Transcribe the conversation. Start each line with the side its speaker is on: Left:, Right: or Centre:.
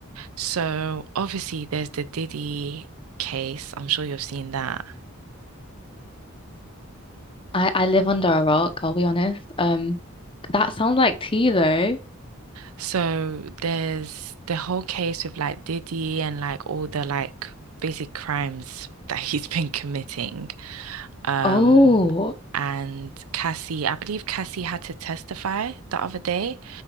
Right: So, obviously, there's the Diddy case. I'm sure you've seen that.
Left: I I live under a rock, I'll be honest. Um, that sounds like tea though.
Right: So, there's the whole case with like Diddy and like all the like basic crimes <laughs> that he's been committing. Um,
Left: Oh,
Right: and Cassie, I believe Cassie had to testify the other day.